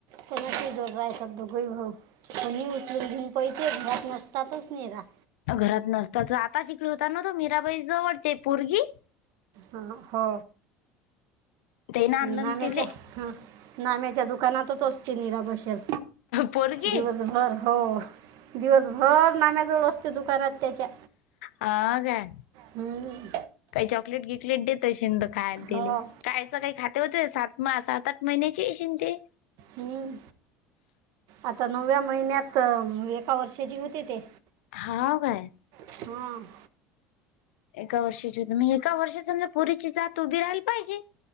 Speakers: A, on the right (about 65°); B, on the left (about 80°).
A: समोस जोड राहाय सब दोगोई भाऊ को् मुस्लिम भिन खय ते नत नसतातच नाही राहा
B: घरात नसतात तर आता शिकडे होता ना तो मीराबाई जवळते पोरगी
A: ह हो
B: ते ना आणलं
A: नाम्याच्या
B: तिले
A: हा नाम्याच्या दुकानातच असते नीरा भषेल
B: पोरगी
A: दिवसभर हो दिवसभर नाम्याजवळ असते दुकानात त्याच्या
B: हा काय
A: हम्म,
B: काही चॉकलेट गिकलेट देत शिंद खायला तीले
A: हो
B: कायच काही खाते होते सात सात आठ महिन्याची शि ते
A: हम्म आता नवव्या महिन्यात एका वर्षाची होते ते.
B: हा काय.
A: हां.
B: एका वर्षाची होम एका वर्षा समजा पुरीची जात उभी राहाला पाहिजे.